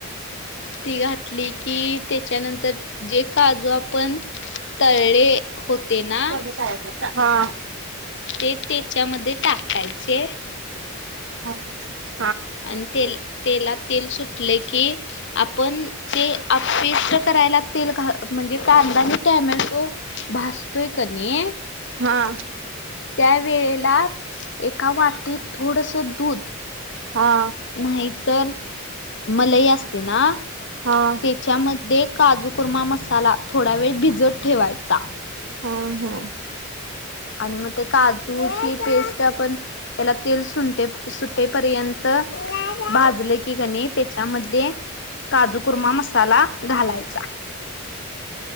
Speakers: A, on the left; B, on the right.
A: ती घातली की त्याच्यानंतर जे काजू आपण तळळे होते ना
B: हा हा हा
A: ते त्याच्यामध्ये टाकायचे
B: हा
A: आणि ते तेला तेल सुटले की आपण जी पेस्ट करायला तेल घा म्हणजे कांदा आणि टॅमॅटो भासतोय कणी
B: हा
A: त्या वेळेला एका वटीत थोडस दूध
B: हा हा
A: नाही तर मलई असते ना
B: हा
A: त्याच्यामध्ये काजू कुर्मा मसाला थोडा वेळ भिजत ठेवायचा
B: हा हा
A: आणि मग ते काजू पेस्ट आपण त्याला तेल सुटे सुटेपर्यंत भाजलं की कणी त्याच्यामध्ये काजू कुरमा मसाला घालायचा